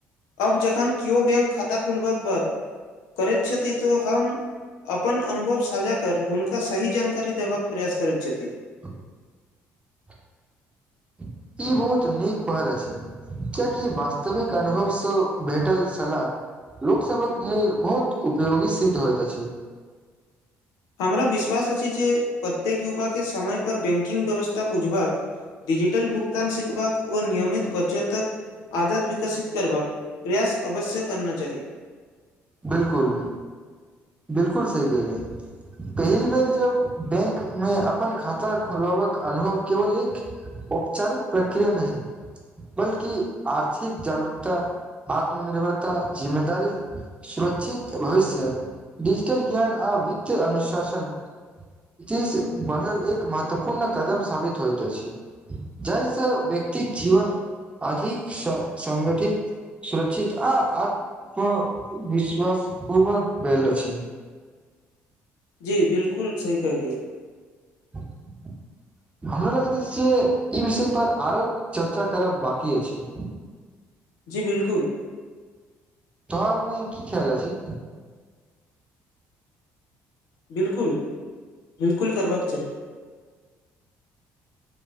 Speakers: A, on the left (about 65°); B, on the right (about 20°).
A: अब जखन कियो बैंक खाता खुलबाक बाद करिछति तो हम अपन अनुभव साझा कर हुनका सही जानकारी देबाक प्रयास करैत छथि
B: <inaudible> ई बहुत नीक पहल अछि कियकि वास्तविक अनुभवसे भेटल सलाह लोकसबक लेल बहुत उपयोगी सिद्ध होइत अछि
A: हमरा विश्वास अछि जे प्रत्येक युवा के समय पर बैकिंग व्यवस्था बुझबाक डिजिट होटल भुगतान सिखबाक ओ नियमित बचतक आदत विकसित करबाक प्रयास अवश्य करना चाही
B: बिलकुल बिलकुल सही कहलै पहिल बेर जब बैंक मे अपन खाता खोलबाकक अनुभव केवल एक औपचारिक प्रक्रिया नहि बल्कि आर्थिक जागरूकता आत्मनिर्भरता जिम्मेदारी सुरक्षित भविष्य डिजिटल ज्ञान आ वित्तय अनुशासन बनल एक महत्वपूर्ण कदम सााबित होइत अछि जाहिसँ व प्रत जीवन अधिक सगठित सुर्षित आ आत्म विश्वास पूर्वक भेलेल छी
A: जी बिलकुल सही कहलियए
B: <inaudible> हमरा लगैत अछि जे ई विषयपर आरो चर्चा करब बकी अछि <inaudible>
A: बिलकुल
B: तोहर एहिमे की ख्याल अछि।
A: बिलकुल बिलकुल करबाक चाही